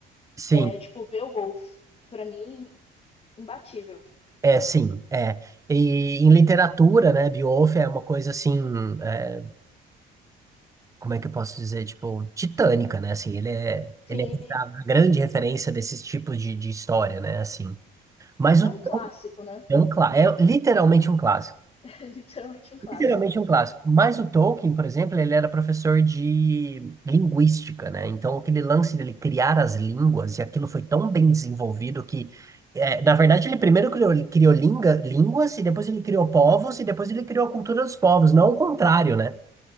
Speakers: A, on the right; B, on the left.
A: sim,
B: É tipo, Beowulf, pra mim, imbatível.
A: é sim, é. E em literatura, né, Beowulf é uma coisa assim, é, como é que eu posso dizer, tipo, titânica, né? Assim, ele é
B: Sim,
A: ele é a grande referência desses tipos de, de história, né, assim. Mas
B: é
A: o
B: um clássico, né?
A: É um clá- é literalmente um clássico.
B: <laughs> É literalmente um clássico.
A: Literalmente um clássico. Mas o Tolkien, por exemplo, ele era professor de linguística, né? Então, aquele lance dele criar as línguas, e aquilo foi tão bem desenvolvido que, é, na verdade, ele primeiro criou, criou linga- línguas, e depois ele criou povos, e depois ele criou a cultura dos povos, não o contrário, né?